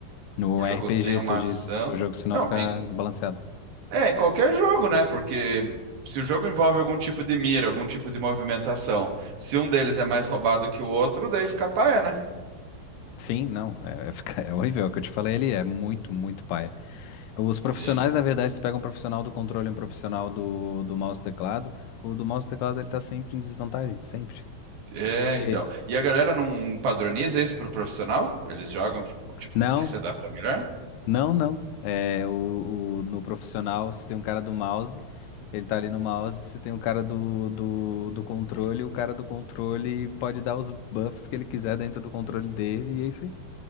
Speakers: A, on the left; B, on the right.
A: No
B: O jogo
A: RPG,
B: tem uma
A: tu diz
B: ação
A: que o jogo senão
B: não,
A: fica
B: em-
A: desbalanceado.
B: é, em qualquer jogo, né? Porque se o jogo envolve algum tipo de mira, algum tipo de movimentação, se um deles é mais roubado que o outro, daí fica paia, né?
A: Sim, não, é, é, fica- é horrível. é O que eu te falei ali é muito, muito paia. Os
B: Sim.
A: profissionais, na verdade, tu pega um profissional do controle e um profissional do, do mouse e teclado. O do mouse e teclado ele tá sempre em desvantagem, sempre.
B: É,
A: Porque-
B: então. E a galera não padroniza isso pro profissional? Eles jogam, tipo, tipo,
A: Não,
B: com o que se adapta melhor?
A: Não, não. É, o, o- no profissional, se tem um cara do mouse, ele tá ali no mouse, se tem um cara do, do, do controle, o cara do controle pode dar os buffs que ele quiser dentro do controle dele, e é isso aí.